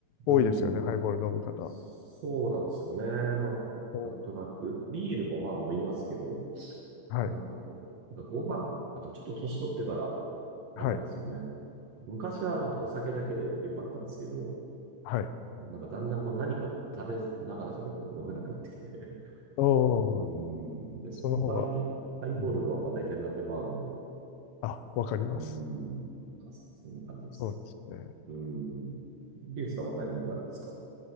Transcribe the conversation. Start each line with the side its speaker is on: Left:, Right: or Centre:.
Right: うん。
Left: う、多いですよね、ハイボール飲む方。
Right: そうなんですよね。なんか、
Left: おー
Right: なんとなく、ビールもまあ飲みますけど、
Left: はい。
Right: なんだろう。なんかご飯、なんかちょっと年取ってから、
Left: はい。
Right: あれなんですよね。昔はなんかお酒だけで良かったんですけど、
Left: はい。
Right: なんかだんだんこう何か食べながらじゃないと飲めなくなってきて
Left: お
Right: うーん。
Left: お、
Right: で、その場合に、
Left: その方が、
Right: ハイボールはまあ大体何でも合うんで、
Left: うん、
Right: う
Left: あ、わかります。
Right: ーん。なんかそ、そんな感じですね。
Left: そうですね。
Right: うーん。リュウさんは何飲まれるんですか